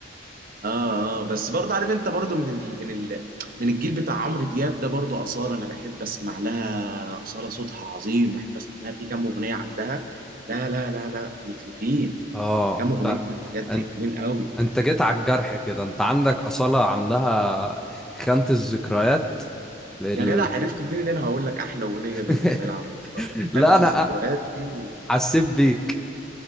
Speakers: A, on the right; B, in the centre.
A: اه اه بس برضه عارف انت برضه من ال من ال من الجيل بتاع عمرو دياب ده برضه اصاله انا بحب اسمع لها اصاله صوتها عظيم بحب اسمع لها في كام اغنيه عندها لا لا لا لا متلفين
B: اه
A: كام
B: انت
A: اغنيه بجد
B: انت
A: حلوين قوي
B: انت جيت على الجرح كده انت عندك اصاله عندها خانه الذكريات ال...
A: يا جدع عرفت منين ان انا هقول لك احلى اغنيه
B: <laughs>
A: بالنسبه لي عند اصاله
B: لا
A: خانت
B: انا
A: الذكريات دي
B: حسيت بيك